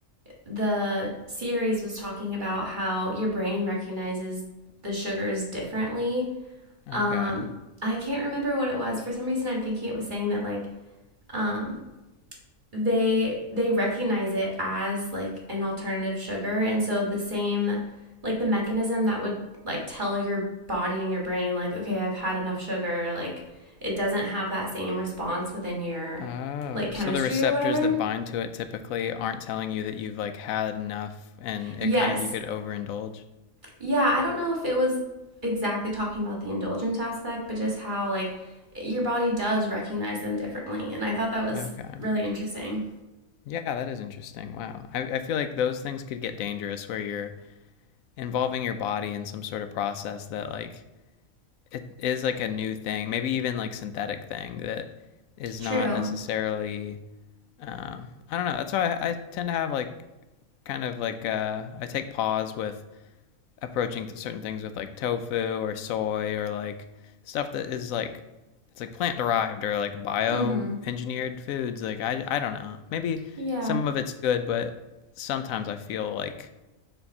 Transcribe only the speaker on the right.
the series was talking about how your brain recognizes the sugars differently um
i can't remember what it was for some reason i'm thinking it was saying that like um they they recognize it as like an alternative sugar and so the same like the mechanism that would like tell your body and your brain like okay i've had enough sugar like it doesn't have that same response within your
like chemistry
or whatever
yes
Yeah, I don't know if it was exactly talking about the indulgence aspect, but just how like your body does recognize them differently, and I thought that was
really interesting.
True.
Mhm.
Yeah.